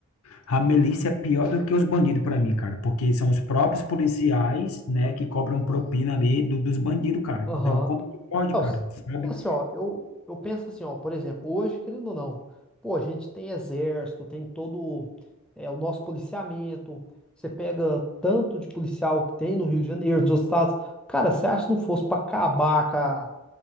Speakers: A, on the left; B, in the centre.
A: a milícia é pior do que os bandidos para mim, cara, porque são os próprios policiais, né, que cobram propina ali do- dos bandidos, cara.
B: aham.
A: Então, como que pode,
B: É,
A: cara?
B: os-
A: Sabe?
B: e assim, ó, eu, eu penso assim, ó, por exemplo, hoje, querendo ou não, pô, a gente tem exército, tem todo é, o nosso policiamento, você pega tanto de policial que tem no Rio de Janeiro, nos outros estados, cara, você acha que não fosse pra acabar com a-